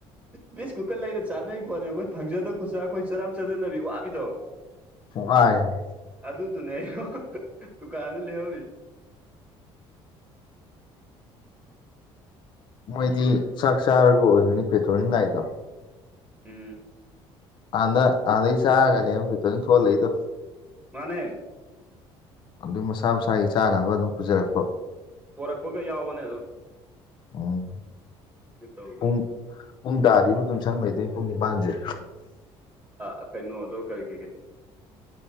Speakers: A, on the right; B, on the left.
A: ꯕꯤꯁꯀꯨꯠꯀ ꯂꯩꯔ ꯆꯥꯟꯅꯩ ꯄꯣꯠꯅꯦ ꯑꯩꯈꯣꯏ ꯐꯪꯖꯗꯕ ꯈꯨꯆꯥ ꯑꯩꯈꯣꯢ ꯆꯔꯥꯝ ꯆꯗꯠꯅꯕꯤ ꯋꯥꯕꯤꯗꯣ
B: ꯋꯥꯏꯅꯦ
A: ꯑꯗꯨꯗꯨꯅꯦ ꯗꯨꯀꯥꯟꯗ ꯂꯩꯍꯧꯔꯤ
B: ꯃꯣꯏꯗꯤ ꯆꯥꯛ ꯆꯥꯔꯒ ꯑꯣꯏꯒꯅꯤ ꯄꯦꯇ꯭ꯔꯣꯂꯤꯡ ꯂꯥꯛꯢꯗꯣ
A: ꯑꯝ
B: ꯑꯥꯗ ꯑꯥꯗꯩ ꯆꯥꯔꯒꯅꯦꯕ ꯄꯦꯇ꯭ꯔꯣꯂꯤꯡ ꯊꯣꯛꯍꯜꯂꯛꯏꯗꯣ
A: ꯃꯥꯅꯦ
B: ꯑꯗꯨ ꯃꯁꯥ ꯃꯁꯥꯒꯤ ꯆꯥꯅꯕ ꯑꯗꯨꯝ ꯄꯨꯖꯔꯛꯄ
A: ꯄꯣꯔꯛꯄꯒ ꯌꯥꯎꯕꯅꯦ ꯑꯗꯨꯝ
B: ꯎꯝ
A: ꯇꯤꯐꯤꯟꯒ ꯇꯧꯗꯅ
B: ꯄꯨꯡ ꯄꯨꯡ ꯇꯥꯗꯤꯕꯨ ꯑꯗꯨꯝ ꯁꯪ ꯂꯩꯗꯣꯏꯅꯦ ꯄꯨꯡ ꯅꯤꯄꯥꯟꯖꯦ
A: ꯑ ꯀꯩꯅꯣꯗꯣ ꯀꯔꯤ ꯀꯔꯤ ꯀꯔꯤ